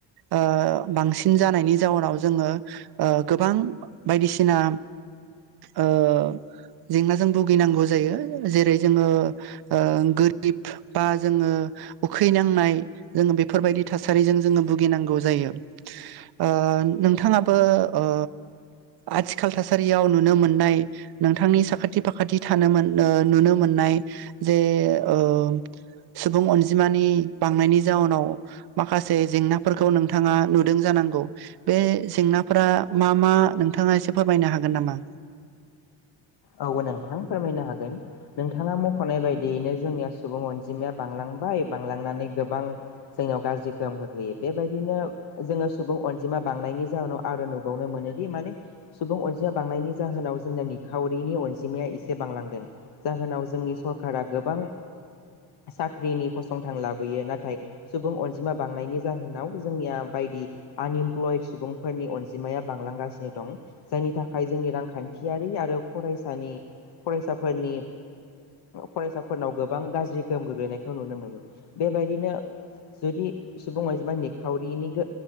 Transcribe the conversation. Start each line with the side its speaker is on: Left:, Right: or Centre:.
Right: ओ बांसिन जानायनि जाउनाव जोङो गोबां बायदिसिना ओ जेंनाजों भुगिनांगौ जायो जेरै जोङो ओ गोरिब बा जोङो उखैनांनाय जोङो बेफोरबायदि थासारिजों जोङो भुगिनांगौ जायो ओ नोंथाङाबो ओ आथिखाल थासारियाव नुनो मोननाय नोंथांनि साखाथि फाखाथि थानो मोन नुनो मोन नाय जे ओ सुबुं अनजिमानि बांनायनि जाउनाव माखासे जेंनाफोरखौ नोंथां नोंथाङा नुदों जानांगौ बे जेंनाफोरा मा मा नोंथाङा एसे फोरमायनो हागोन नामा?
Left: औ नोंथां फोरमायनो हागोन नोंथाङा मख'नाय बायदियैनो जोंनिया सुबुं अनजिमाया बांलां बाय बांलांनानै गोबां जोंनाव गाज्रि गोहोम खख्लैयो बेबायदिनो जोङो सुबुं अनजि बांनायनि जाउनाव आरो नुबावनो मोनो दि माने सुबुं अनजिमाया बांनायनि जाहोनाव जोंना नि खावरिनि अनजिमाया एसे बांलांदों जाहोनाव जोंनि सरकारा गोबां साख्रिनि फसंथान लाबोयो नाथाय सुबुं अनजिमा बांनायनि जाहोनाव जोंनिया बाय आनइमप्लय सुबुंफोरनि अनजिमाया बांलांगासिनो दं जायनि थाखाय जोंनि रांखान्थि फारि आरो फरायसानि फरायसाफोरनि फरायसाफोरनाव गोबां गाज्रि गोहोम गोग्लैनायखौ नुनो मोनो बेबायदिनो जुदि सुबुं अनजिमा निखावरिनि गो